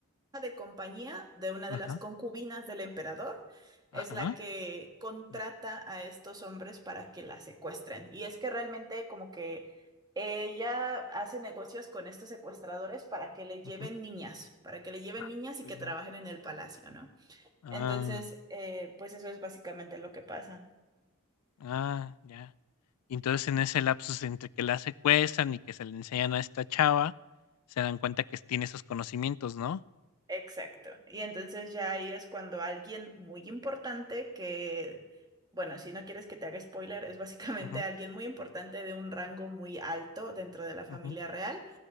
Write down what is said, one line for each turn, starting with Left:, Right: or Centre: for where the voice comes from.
Right: de compañía de una
Left: Ajá,
Right: de las concubinas del emperador
Left: ajá,
Right: es la que contrata
Left: la secue
Right: a estos hombres para que la secuestren. Y es que realmente como que ella hace negocios con estos secuestradores para que le lleven
Left: ujú,
Right: niñas, para que le lleven
Left: ajá,
Right: niñas
Left: ¿qué
Right: y
Left: tuvieron
Right: que trabajen
Left: ahí?
Right: en el palacio, ¿no?
Left: Ah,
Right: Entonces, eh, pues eso es básicamente lo que pasa.
Left: ah, ya. Y entonces en ese lapsus entre que la secuestran y que se le enseñan a esta chava, se dan cuenta que tiene esos conocimientos, ¿no?
Right: Exacto. Y entonces ya ahí es cuando alguien muy importante que, bueno, si no quieres que te haga spoiler, es básicamente
Left: Ujú,
Right: <laughs> alguien muy importante de un rango muy alto dentro de la familia
Left: ujú,
Right: real,